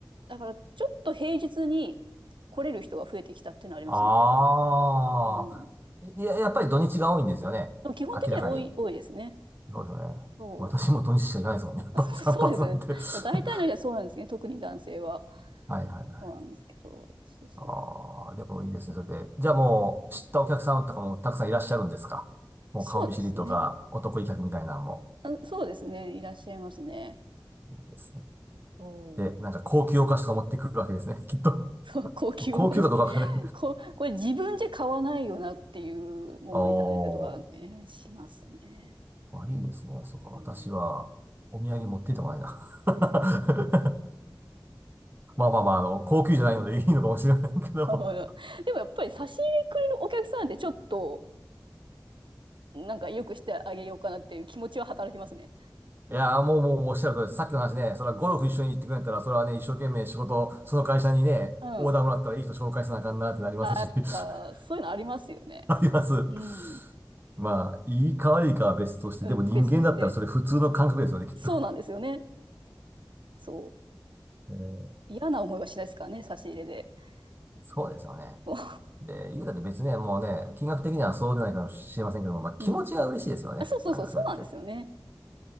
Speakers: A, on the right (about 85°); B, on the right (about 25°).
A: だからちょっと平日に来れる人が増えてきたっていうのはありますね。
B: ああ、
A: うん。
B: いや、やっぱり土日が多いんですよね。
A: でも基本的には多い、
B: 明らかに。
A: 多いですね。
B: そうですよね。
A: そう
B: 私も土日しか行かないですもんね。やっぱり散髪なんて
A: あそう、<laughs> そうですね。
B: <laughs>
A: 大体の人はそうなんですね。特に男性は。
B: はいはいはい。
A: そうなんですけど。そうそう。
B: ああ、でもいいですね。それで。じゃあもう、知ったお客さんとかもたくさんいらっしゃるんですかもう顔見知りとか、
A: そうですね。
B: お得意客みたいなのも。
A: あ、そうですね。いらっしゃいますね。
B: ですね。
A: おお。
B: で、なんか高級お菓子とか持ってくるわけですね。
A: <laughs>
B: きっと。
A: そう、高級お菓子。
B: 高級かどうかわかんない。
A: <laughs> こ、これ自分じゃ買わないよなっていうものをいただいたりとかね、
B: <laughs> おー、
A: しますね。
B: まあ、いいですね。そうか、私は、
A: うん。<laughs>
B: お土産持っていった方がいいな。<laughs> まあまあまあ、あの、高級じゃないのでいいのかもしれないけど。
A: だからでもやっぱり差し入れくれるお客さんってちょっと、なんか良くしてあげようかなっていう気持ちは働きますね。
B: いやー、もうもう、もうおっしゃる通りです。さっきの話ね、それはゴルフ一緒に行ってくれたら、
A: うん。
B: それはね、一生懸命仕事、その会社にね、
A: うん。
B: オーダーもらったらいい人紹介せなあかんなってなりますし、
A: あ、やっぱ、
B: <laughs>
A: そういうのありますよね。
B: あります。
A: うん。
B: まあ、いいか悪いかは別として、
A: うん、
B: でも人間だったらそれ普通の感覚ですよね、
A: 別として。
B: きっと。
A: そうなんですよね。そう。
B: <laughs> えー
A: 嫌な思いはしないですからね、差し入れで。<laughs>
B: そうですよね。
A: そう
B: で、言うたって別にね、もうね、金額的にはそうでないかもしれませんけども、まあ、気持ちが嬉しいですよね。
A: ん。あ、そうそうそう、
B: なんかそうやって。
A: そうなんですよね。